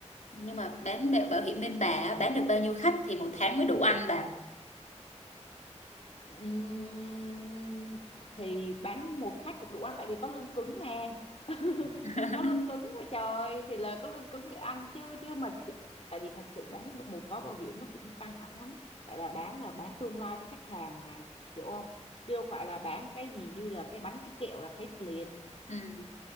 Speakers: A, on the left; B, on the left.
A: nhưng mà bán bảo bảo hiểm bên bà á, bán được bao nhiêu khách thì một tháng mới đủ ăn bà
B: Ừm, thì bán một khách cũng đủ ăn tại vì có lương cứng mà <laughs>
A: <laughs>
B: có lương cứng mà trời thì là có lương cứng để ăn chứ chứ mà ch- tại vì thật sự bán được một gói bảo hiểm nó cũng căng thẳng lắm tại bà bán là bán tương lai cho khách hàng mà hiểu không chứ đâu phải là bán cái gì như là cái bánh cái kẹo là thấy được liền
A: Ừ.